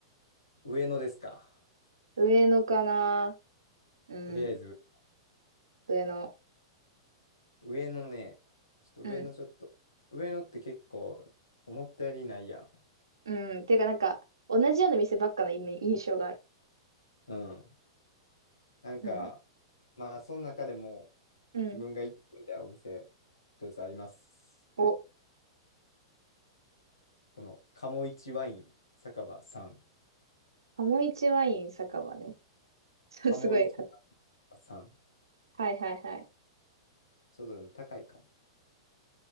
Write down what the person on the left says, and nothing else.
上野ですか。
とりあえず、
上野ね、ちょっと上野ちょっと、
上野って結構思ったよりないやん。
うん。なんか、
まあ、その中でも、
自分が行ってみたいお店、一つあります。
この、鴨一ワイン酒場さん。
鴨一ワイン酒
場さん。
ちょっとでも高いかも。